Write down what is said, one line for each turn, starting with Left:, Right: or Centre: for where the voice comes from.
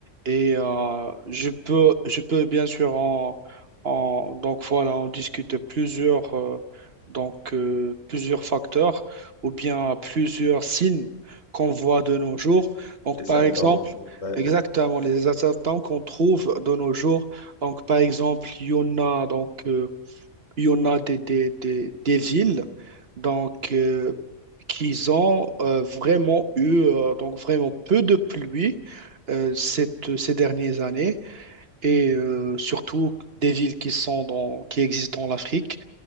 Right: Et euh, je peux, je peux bien sûr en, en- donc voilà, on discute plusieurs euh, donc euh, plusieurs facteurs ou bien plusieurs signes qu'on voit de nos jours. Donc
Left: les
Right: par
Left: symptômes,
Right: exemple,
Left: peut-être. Ouais,
Right: exactement les attentats qu'on trouve de nos jours donc, par exemple, il y en a, donc, euh, il y en a des, des, des, des villes donc, euh, qui ont euh, vraiment eu euh, donc, vraiment peu de pluie euh, cette, ces dernières années et euh, surtout des villes qui sont dans, qui existent en Afrique.